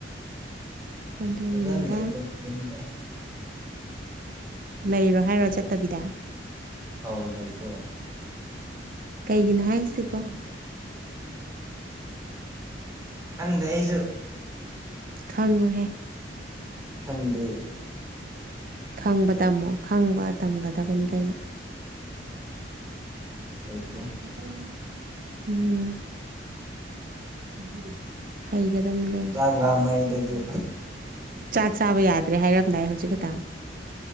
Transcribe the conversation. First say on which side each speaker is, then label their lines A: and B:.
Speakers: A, on the right (about 50°); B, on the right (about 20°).
A: ꯑꯗꯨꯒꯤꯅꯤꯗ
B: ꯐꯖꯅ ꯂꯩ ꯌꯨꯝꯗ
A: ꯂꯩꯔꯣ ꯍꯥꯏꯔꯣ ꯆꯠꯇꯕꯤꯗ
B: ꯑꯧ ꯂꯩꯈ꯭ꯔꯣ
A: ꯀꯩꯒꯤꯅꯣ ꯍꯥꯏꯁꯤꯕꯣ
B: ꯈꯪꯗꯦ ꯑꯩꯁꯨ
A: ꯈꯪꯉꯨꯍꯦ
B: ꯈꯪꯗꯦ
A: ꯈꯪꯕ ꯇꯝꯃꯣ ꯈꯪꯕ ꯇꯝꯒꯗꯕꯅꯤ ꯀꯩꯅꯣ
B: ꯍꯩꯇ꯭ꯔꯦ
A: ꯃꯤꯁ ꯃꯆꯥ ꯑꫭꯏꯅ ꯎꯝ ꯅꯨꯄꯤ ꯍꯩꯒꯗꯕꯅꯤ ꯀꯩꯅꯣ
B: ꯆꯥꯛ ꯂꯥꯝꯃꯩꯗ
A: ꯑꯩ
B: ꯑꯗꯨ
A: ꯑꯩ ꯆꯥꯛ ꯆꯥꯕ ꯌꯥꯗ꯭ꯔꯦ ꯍꯥꯏꯔꯝꯗꯥꯏ ꯍꯧꯖꯤꯛ ꯈꯛꯇꯪ